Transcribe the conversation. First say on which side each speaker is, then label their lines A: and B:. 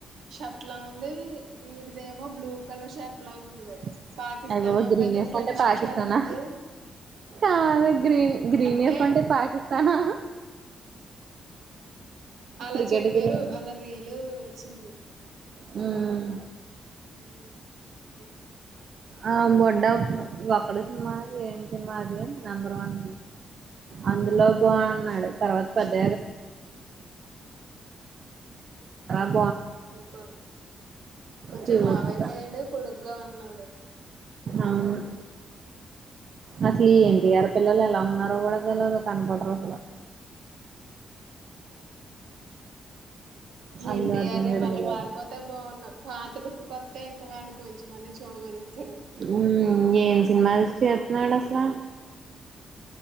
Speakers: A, on the right; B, on the right.
A: షర్ట్ లా ఉంది వీడిదేమో బ్లూ కలర్ షర్ట్ లా ఉంది
B: <unintelligible>
A: పాకిస్తాన్ అమ్మాయితో
B: గ్రీన్ వేసుకుంటే
A: ఫ్రెండ్షిప్
B: పాకిస్తానా
A: చేస్తుంది
B: కాదు గ్రీన్ గ్రీన్
A: అంటే
B: వేసుకుంటే పాకిస్తానా
A: అలా
B: క్రికెట్
A: చెప్పారు
B: గ్రీన్
A: అలా రీలు వచ్చింది
B: మ్మ్
A: <inaudible>
B: ఆ బొడ్డ ఒటి సినిమా ఏ సినిమా అది నెంబర్ వన్ అందులో బాగున్నాడు తర్వాత పెద్ద <unintelligible>
A: కొ కొంచెం
B: క్యూట్
A: లావు అయిపోయాడు
B: గా
A: పొడుగ్గా ఉన్నాడు
B: అవును అసలీ యన్టీఆర్ పిల్లలు ఎలా <unintelligible> కూడా తెలవదు కనపడురు అసలా
A: యన్టీఆర్
B: అల్లు అర్జున్ కూడా
A: మళ్ళీ
B: తెలవదు
A: మారిపోతే బాగున్నా పాతలు కొత్తె ఇంక <unintelligible> చూడగలుగుతారు
B: హ్మ్ ఏమ్ సినిమా <unintelligible> <unintelligible> అసలా